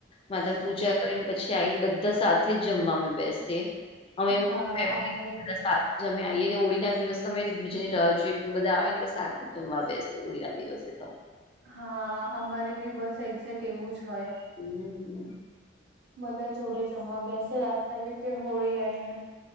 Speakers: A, on the left; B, on the right.
A: માતાની પૂજા કરીને પછી આઈને બધા સાથે જ જમવામે બેસી અમે
B: હા
A: ફેમિલી
B: અમારે
A: છેને બધા
B: બી
A: અમે આઈએ ને ઓળી ના દિવસ તમે એક બીજા ને રાહ જોોએ પણ બધા આવે ને એટલે સાથે જમવા બેસ ઓળી ના દિવસે તો
B: હા અમારે બી બસ એક્ઝે્ટ તેવું જ હોય
A: હમ
B: બધા જોડે જમવા બેસે રા તવી તે હોળી આવીઈ ને